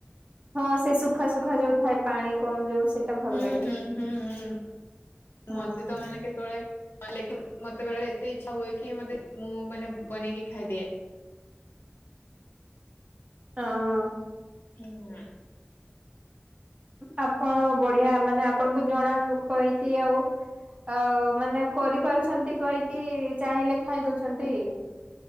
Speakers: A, on the right; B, on the left.
A: ହଁ ସେ ସୁଖା ସୁୁଖା ଯୋଉ ଥାଏ ପାଣି କମ ଯୋଉ ସେଇଟା ଭଲ
B: ହୁଁ
A: ଲାଗେ
B: ହୁଁ ହୁଁ ହୁଁ
A: ହଁ।
B: ମତେ ତ ମାନେ କେତେବେଳେ କଲେ କି ମତେ ବେଳେ ବେଳେ ଏତେ ଇଚ୍ଛା ହୁଏ କି ମତେ ମୁଁ ମାନେ ବନେଇକି ଖାଇଦିଏ। <inaudible>
A: ହଁ ହଁ।
B: ହୁଁ।
A: ଆପଣ ବଢିଆ ମାନେ ଆପଣଙ୍କୁ ଜଣା କହିକି ଆଉ ଆ ମାନେ କରିପାରୁଛନ୍ତି କହିକି ଚାହିଁଲେ ଖାଇ ଦଉଛନ୍ତି।